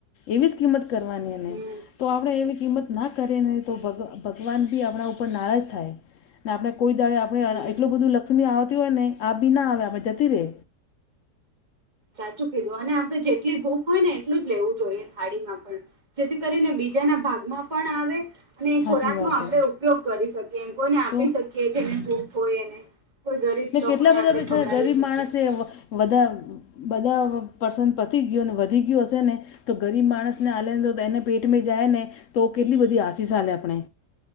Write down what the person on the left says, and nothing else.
એવી જ કિંમત કરવાની એને
તો આપણે એવી કિંમત ના કરે ને તો ભગવાન બી આપણા ઉપર નારાજ થાય ને આપણે કોઈ દાડે આપણે
એટલું બધું લક્ષ્મી આવતી હોય ને આ બી ના આવે આપણે જતી રે
સાચી
વાત
હે
તો
કેટલા બધા
બિચારા
ગરીબ
માણસે વધા બધા પર્સન પતી ગયું ને વધી ગયું હશે ને તો ગરીબ માણસને હાલેને એને પેટમાં જાય ને તો કેટલી બધી આસિસાલે આપણે